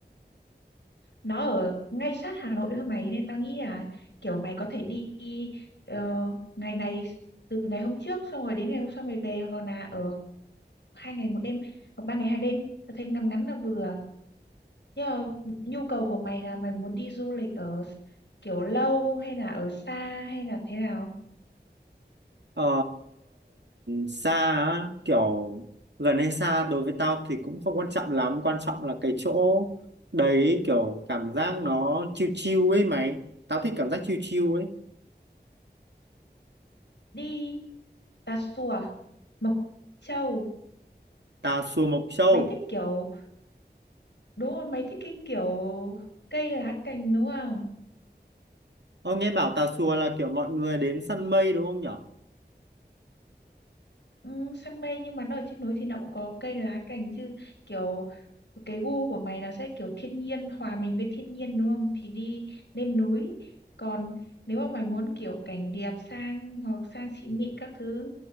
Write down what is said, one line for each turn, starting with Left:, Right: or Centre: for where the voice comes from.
Left: nó ở ngay sát Hà Nội thôi mày nên tao nghĩ là kiểu mày có thể đi ờ, ngày này từ ngày hôm trước xong rồi đến ngày hôm sau mày về hoặc là ở hai ngày một đêm hoặc ba ngày hai đêm tao thấy ngắn ngắn là vừa nhưng mà nhu cầu của mày là mày muốn đi du lịch ở s- kiểu lâu hay là ở xa hay là thế nào
Right: Ờ, xa á, kiểu gần hay xa đối với tao thì cũng không quan trọng lắm quan trọng là cái chỗ đấy kiểu cảm giác nó chill chill ấy mày tao thích cảm giác chill chill ấy
Left: đi Tà Xùa Mộc Châu
Right: Tà Xùa Mộc Châu
Left: mày thích kiểu đúng rồi mày thích cái kiểu cây lá cành đúng không
Right: Ơ nghe bảo Tà Xùa là kiểu mọi người đến săn mây đúng không nhở
Left: Ừ, săn mây nhưng mà nó ở trên núi thì nó cũng có cây lá cành chứ kiểu cái gu của mày nó sẽ kiểu thiên nhiên hòa mình với thiên nhiên đúng không thì đi lên núi còn nếu mà mày muốn kiểu cảnh đẹp sang hoặc sang xịn mịn các thứ